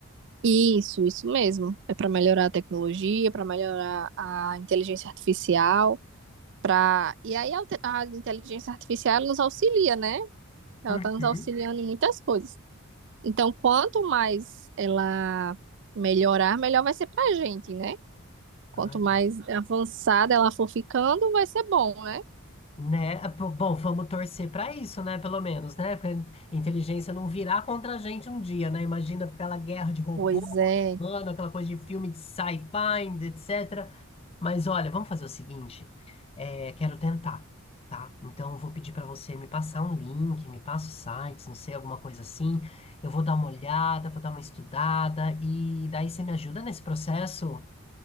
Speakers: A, on the right; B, on the left.
A: Isso, isso mesmo. É para melhorar a tecnologia, para melhorar a inteligência artificial, para E aí a, te- a inteligência artificial ela nos auxilia, né? Ela
B: Uhum.
A: está nos auxiliando em muitas coisas. Então, quanto mais ela melhorar, melhor vai ser pra gente, né? Quanto
B: Ah,
A: mais avançada ela for ficando, vai ser bom, né?
B: Né? Ah, pô, Bom, vamos torcer para isso, né? Pelo menos, né? Pra inteligência não virar contra a gente um dia, né? Imagina aquela guerra de robô
A: Pois
B: contra
A: é.
B: humano, aquela coisa de filme de sci-fi, etc. Mas olha, vamos fazer o seguinte: é, quero tentar, tá? Então eu vou pedir para você me passar um link, me passa os sites, não sei, alguma coisa assim. Eu vou dar uma olhada, vou dar uma estudada e daí você me ajuda nesse processo?